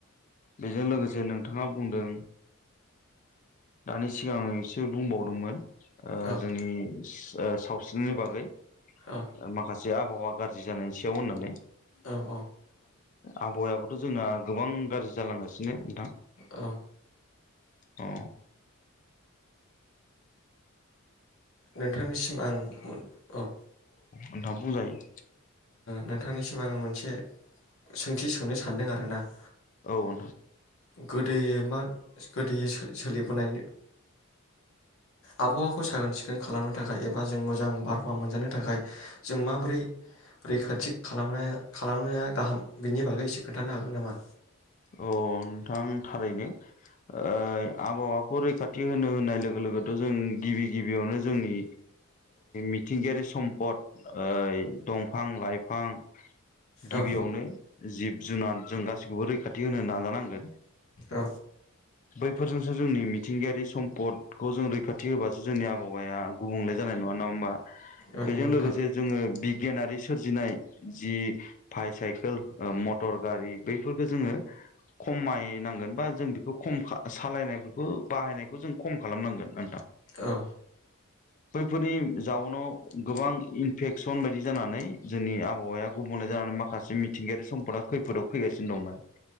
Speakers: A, on the left (about 35°); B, on the left (about 70°).
A: बेजों लोगोसे नोंथाङा बुंदों दानि सिगांसो बुंबावदोंमोन ओ
B: औ
A: जोंनि ओ सावस्रिनि बागै
B: औ
A: ओ माखासे जे आबहावा गाज्रि जानायनि सायाव होननानै
B: औ औ
A: आबहायाबोथ' जोंना गोबां गाज्रि जालांगासिनो नोंथां।
B: औ
A: औ
B: नोंथांनिसिम आं औ
A: अन्थाबो जायो <inaudible>
B: नोंथांनिसिम आङो मोनसे सोंथि सोनो सानदों आरो ना ज
A: औ नोंथां
B: तुर प्रसाद तुर प्रसाद तुर ओ गुद गोद मा गोदै सोलिबोनाय आबहावाखौ साखोन सिखोन खालामनो थाखाय एबा जों मोजां बारहावा मोनजानो थाखाय जों माबोरै रैखाथि खालामनाया गाहाम बेनि बागै एसे खोन्थानो हागोन नामा?
A: अ नोंथां थारैनो आबहावाखौ रैखाथि होनो होननाय लोगो लोगोथ' जों गिबि गिबियावनो जोंनि मिथिंगायारि सम्पद दंफां लाइफां गिबियावनो
B: औ
A: जिब जुनार जों गासिखौबो खाथि होनो नाजानांगोन
B: औ
A: बैफोरजोंसो जोंनि मिथिंगायारि सम्दखौ जों रैखाथि होबासो जोंनि आबहावाया गुबुंले जानाय नङा नङा होमबा?
B: औ
A: बेजों
B: नंगौ नोंथां
A: लोगोसे जोङो बिगियानारि सोरजिनाय जि बायसाइकेल मटर गारि बैफोर बेखौ जोङो खमायनांगोन बा जों बेखौ खम सालायनायफोरखौ बाहायनायखौ जों खम खालामनांगोन नोंथां।
B: औ।
A: खैफोदनि जाउनाव गोबां इनफेकसन बायदि जानानै जोंनि आबहावाया गुबुंले जानानै माखासे मिथिंगायारि समफोरा खैफोदाव फैगासिनो। बि दंमोन।